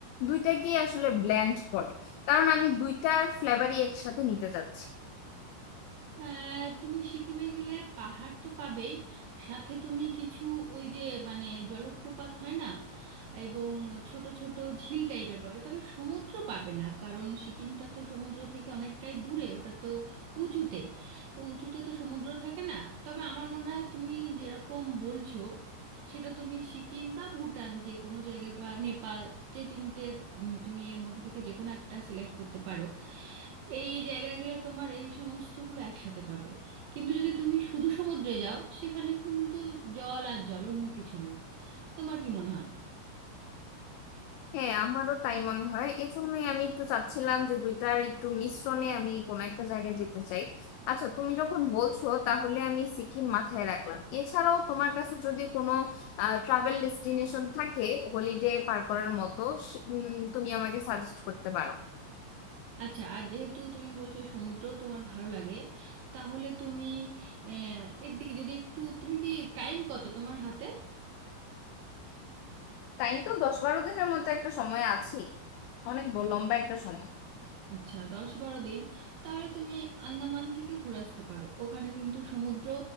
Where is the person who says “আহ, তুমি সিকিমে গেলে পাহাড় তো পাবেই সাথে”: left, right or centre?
Right